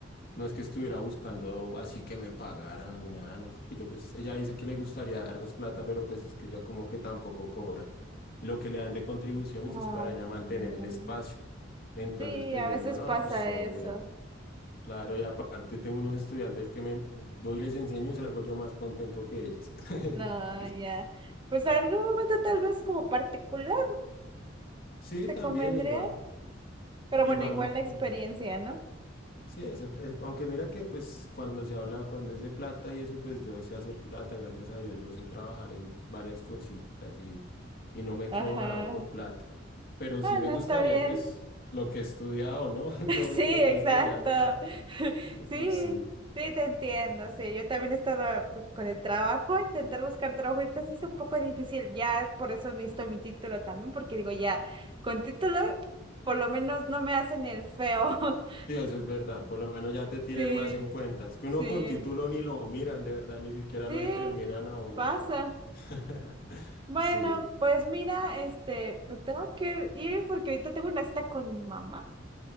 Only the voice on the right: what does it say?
Ah,
no.
Sí,
a
veces
pasa
eso.
No, ya. Pues en algún momento tal vez como particular
te
convendría.
Pero
bueno, igual la
experiencia, ¿no?
Ajá.
Ah,
no,
está bien.
Sí,
exacto.
<laughs> Sí,
sí, te entiendo. Sí, yo también he estado pues, con el trabajo, intentar buscar trabajo, entonces es un poco difícil. Ya por eso necesito mi título también, porque digo, ya con título por lo menos no me hacen el feo. <laughs>
Sí,
sí,
sí,
pasa.
Bueno,
pues mira, este, pues tengo que ir porque ahorita tengo una cita con mi mamá